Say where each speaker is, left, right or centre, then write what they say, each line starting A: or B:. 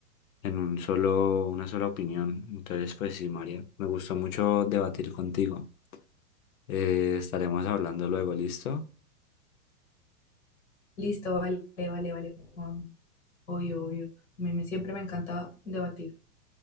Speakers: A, on the left (about 65°); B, on the left (about 45°).
A: en un solo, una sola opinión. Entonces, pues sí, María, me gustó mucho debatir contigo. Eh, estaremos hablando luego, ¿listo?
B: listo, vale, vale, vale, Juan, obvio, obvio. A mí me, siempre me encanta debatir.